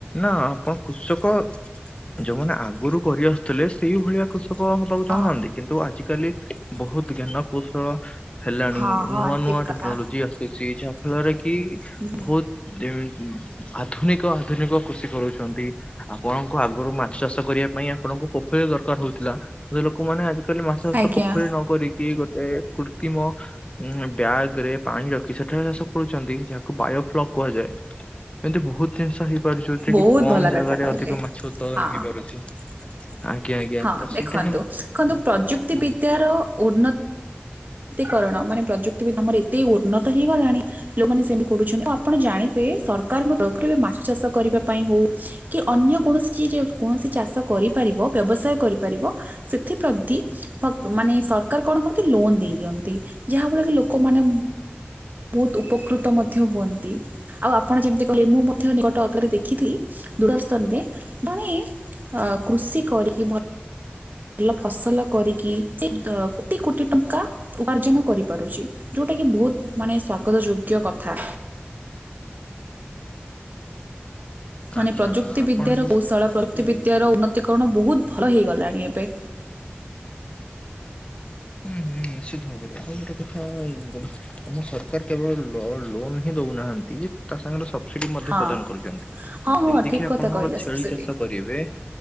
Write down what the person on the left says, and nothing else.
ନା ଆପଣ କୃଷକ ଯୋଉମାନେ ଆଗରୁ କରି ଆସୁଥିଲେ ସେଇଭଳିଆ କ୍ରୁଷ କ ହବାକୁ
ଚାହୁଁନାହାନ୍ତି କିନ୍ତୁ ଆଜିିକାଲି ବୋହୁତ ଜ୍ଞାନ କୌଶଳ ହେଲାଣି
ନୂଆ
ନୂଆ
ଟେକ୍ନୋଲୋଜି ଆସିଛି ଯାହା ଫଳରେ କି
ବହୁତ ଯେ ଆଧୁନିକ ଆଧୁନିକ କୃଷି କରୁଛନ୍ତି। ଆପଣଙ୍କୁ ଆଗରୁ ମାଛ ଚାଷ କରିବା ପାଇଁ ଆପଣଙ୍କୁ ପୋଖରୀ ଦରକାର ହଉଥିଲା ଲୋକମାନେ ଆଜି କାଲି ମାଛ ଚାଷ
ପୋଖରୀ ରେ ନ କରିକି ଗୋଟେ କୃତ୍ରିମ ଉଁ ବ୍ୟାଗ ରେ ପାଣି ରଖି ସେଠାରେ ଚାଷ କରୁଛନ୍ତି ଯାହାକୁ ବାୟୋ ଫ୍ଲକ୍ କୁହାଯାଏ। ଏମତି ବହୁତ ଜିନିଷ ହେଇପାରୁଛି ଯୋଉଥିରେ
କି କମ
ଜାଗାରେ
ଅଧିକ ମାଛ ଉତ୍ପାଦନ
ହେଇପାରୁଛି। ଆଜ୍ଞା ଆଜ୍ଞା
ତ
ସେଇଟା ହିଁ
ହୁଁ
ହୁଁ
ଆଚ୍ଛା
ଆପଣ
ଯୋଉ
କହୁଥିଲେ
ହୁଁ ହୁଁ ନିଶ୍ଚିତ ଭାବରେ ଆଉ ଗୋଟେ କଥା <unintelligible> ଆମ ସରକାର କେବଳ ଲ- ଲୋନ ହିଁ ଦଉନାହାନ୍ତି ତା ସାଙ୍ଗରେ ସ ସେଠି ମଧ୍ୟ
ପ୍ରଦାନ କରୁଛନ୍ତି ଯେମିତି
କିି
ଆପଣଙ୍କ
ଛେଳି
ଚାଷ କରିବେ